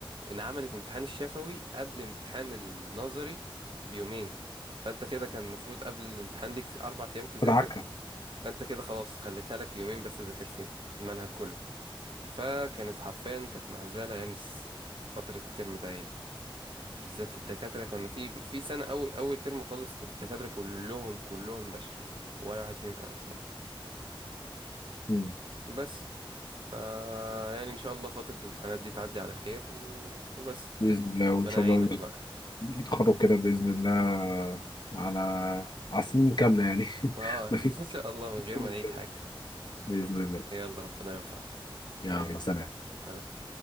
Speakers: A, on the right; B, on the left.
A: ان عملت امتحان الشفوي قبل امتحان النظري بيومين فانت كده كان المفروض قبل الامتحان ليك اربع ايام تذاكر
B: ادعكها
A: فانت كده خلاص خليتها لك يومين بس ذاكر فيهم المنهج كله فكانت حرفيا كانت مهزلة يعني س- فترة الترم ده يعني بالذات الدكاترة كانوا في في سنة أول أول ترم خالص كانت الدكاترة كلهم كلهم بشري ولا واحد فيهم كان أسنان
B: مم.
A: بس ف يعني إن شاء الله فترة الامتحانات دي تعدي على خير و... وبس
B: باذن الله
A: ربنا
B: وان شاء
A: يعينك
B: الله
A: بقى
B: يتخرج كده باذن الله على على سنين كامله يعني <laughs>
A: اه <laughs>
B: ما فيش
A: إن شاء الله من
B: مشكلة
A: غير ما نعيد
B: زيادة.
A: حاجة
B: باذن الله
A: يلا ربنا ينفعك
B: يلا سلام
A: أنا